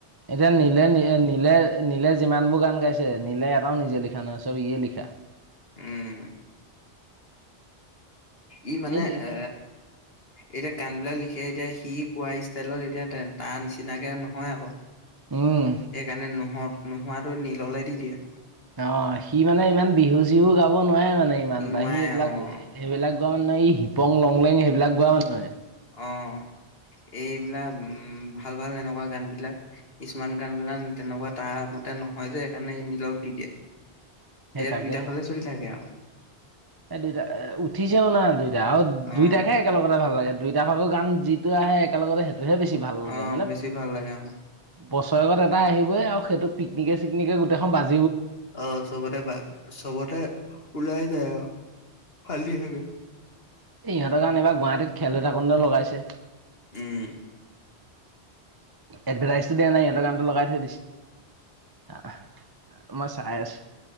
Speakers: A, on the right (about 25°); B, on the left (about 60°).
A: এতিয়া নীলে নী নীলে নীলে যিমানবোৰ গান গাইছে, নীলে এটাও নিজে লিখা নহয় চব ইয়ে লিখা।
B: উম। ই মানে
A: এই লিখে
B: এ, এতিয়া গান বিলাক লিখ কে এতিয়া সি গোৱা ষ্টাইলত এতিয়া তেন তাৰ নিচিনাকে নহয় আকৌ।
A: উম।
B: সেইকাৰণে নোহো-নোহোৱাটো নীললে দি দিয়ে।
A: অ', সি মানে ইমান বিহু-চিহু গাব নোৱাৰে মানে ইমান
B: নোৱাৰে
A: টা, সি এইবিলাক
B: অ'
A: সেইবিলাক গোৱা মানে এই হিপং লংলেং সেইবিলাক গোৱা মানুহে।
B: অ'। এইবিলাক উম, ভাল ভাল এনেকুৱা গান বিলাক কিছুমান গান বিলা তেনেকুৱা তাৰ ম তে নহয় যে এইকাৰণে নীলক দি দিয়ে,
A: সেই
B: এইয়া
A: তাকে।
B: দুইটা ফালে চলি থাকে আও।
A: এ দুইতটা অ উঠিছেও না দুইতটা, আও
B: অ
A: দুইটাকে একেলগতে ভাল লাগে দুইটা ভাগৰ গান যিটো আহে একেলগতে সেইটোহে বেছি ভাল লাগে
B: অ
A: মানে,
B: বেছি ভাল লাগে আৰু
A: বচ গত এটা আহিবই আও, সেইটো পিকনিকে চিকনিকে গোটেইখন বাজ
B: অ', চবতে বা চবতে ওলাই যায় আও। ফালি থাকে
A: এ ইহঁতৰ গান এইবাৰ গুৱাহাটীত খেল হৈ থাকনটো লগাইছে।
B: উম।
A: এডভাৰটাইচটো দিয়া নাই ইহঁতৰ গানটো লগাই থৈ দিছে। আহ মই চাই আছো